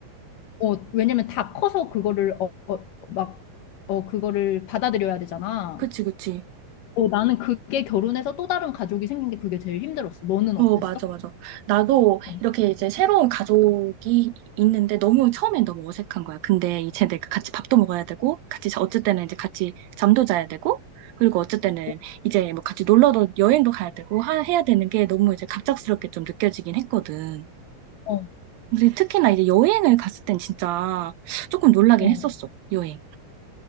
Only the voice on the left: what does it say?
어, 왜냐면 다 커서 그거를, 어, 어, 막, 어, 그거를 받아들여야 되잖아.
어, 나는 그게 결혼해서 또 다른 가족이 생긴 게 그게 제일 힘들었어. 너는
어땠어?
어,
어,
어,
어.